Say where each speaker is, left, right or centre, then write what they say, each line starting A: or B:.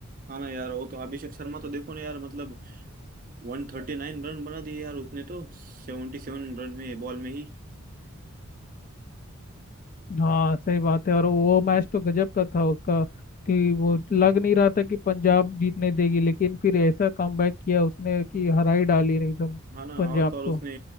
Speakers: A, on the right (about 40°); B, on the left (about 40°).
A: हाँ ना यार वो तो अभिषेक शर्मा तो देखो ना यार मतलब वन थर्टी नाइन रन बना दिए यार उसने तो सेवेंटी सेवन रन में बॉल में ही
B: हाँ सही बात है और वो मैच तो गजब का था उसका कि वो लग नहीं रहा था कि पंजाब जीतने देगी लेकिन फिर ऐसा कमबैक किया उसने कि हरा ही डाली एकदम
A: हाँ ना
B: पंजाब
A: और तो और
B: को
A: उसने